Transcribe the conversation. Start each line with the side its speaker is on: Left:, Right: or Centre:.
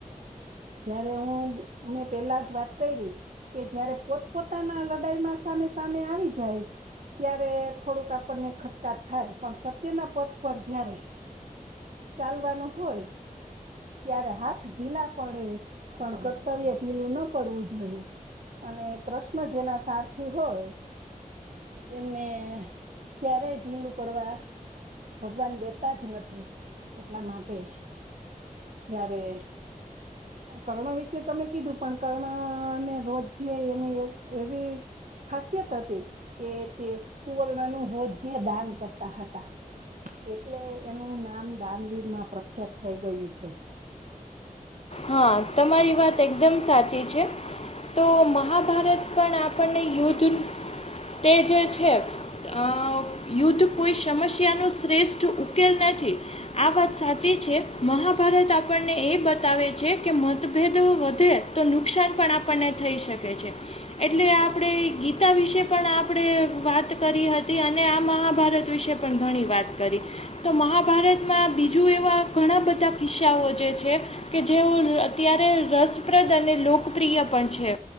Right: જયારે હું મે પેલા વાત કઈરી કે, જયારે પોતપોતાના લડાઈમાં સામે સામે આવી જાય. ત્યારે થોડુંક આપને ખચકાટ થાય, પણ સત્યના પથ પર જયારે ચાલવાનું હોય. ત્યારે હાથ ઢીલા પડે, પણ કર્તવ્ય ઢીલું ન પડવું જોઈએ અને કૃષ્ણ જેના સારથી હોય. એમને ક્યારેય ઢીલું પડવા ભગવાન દેતા જ નથી એટલા માટે જયારે કર્ણ વિશે તમે કીધું, પણ કર્ણને રોજે એની એક એવી ખાસિયત હતી કે તે સુવર્ણ નું રોજે દાન કરતા હતા. એટલે એનું નામ દાનવીરમાં પ્રખ્યાત થઈ ગયું છે.
Left: હા, તમારી વાત એકદમ સાચી છે. તો મહાભારત પણ આપણને યુદ્ધ તે જે છે. અઅઅઅ યુદ્ધ કોઈ સમસ્યાનો શ્રેષ્ઠ ઉકેલ નથી. આ વાત સાચી છે. મહાભારત આપણને એ બતાવે છે, કે મતભેદો વધે તો નુકસાન પણ આપણને થઈ શકે છે. એટલે આપણે ગીતા વિશે પણ આપણે વાત કરી હતી અને આ મહાભારત વિશે પણ ઘણી વાત કરી તો મહાભારતમાં બીજું એવા ઘણા બધા કિસ્સાઓ જે છે. કે જેઓ અત્યારે રસપ્રદ અને લોકપ્રિય પણ છે.